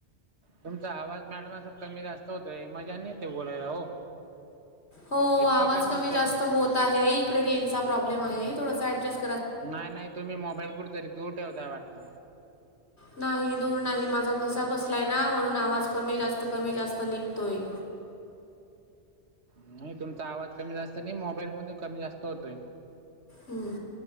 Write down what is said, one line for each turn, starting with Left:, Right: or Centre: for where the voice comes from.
Right: तुमचा आवाज मॅडम अस कमी जास्त होतोय मजा नाही येत बोलायला हो.
Left: हो
Right: इतका
Left: आवाज कमी
Right: होतोय
Left: जास्त होत आहे इकडे रेंज चा प्रॉब्लेम आहे थोडसा ऍडजस्ट.
Right: नाही नाही तुम्ही मोबाईल कुठ तरी दूर ठेवताय वाटत.
Left: नाही दूर नाही माझा घसा बसलाय ना म्हणून आवाज कमी जास्त कमी जास्त निघतोय.
Right: नाही तुमचा आवाज कमी जास्त नाही मोबाईल मधून कमी जास्त होतोय.
Left: हम्म.